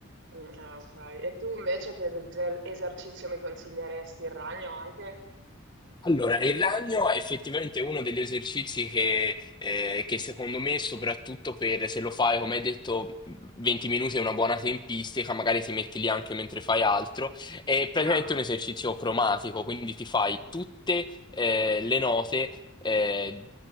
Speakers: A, on the right; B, on the left.
A: Mm, ah, ok. E tu invece che eser- esercizio mi consiglieresti il ragno anche?
B: Allora, il ragno è effettivamente uno degli esercizi che, eh, che secondo me, soprattutto per se lo fai, come hai detto, 20 minuti è una buona tempistica, magari ti metti lì anche mentre fai altro, è praticamente
A: Ah,
B: un esercizio cromatico, quindi ti fai tutte, eh, le note, eh,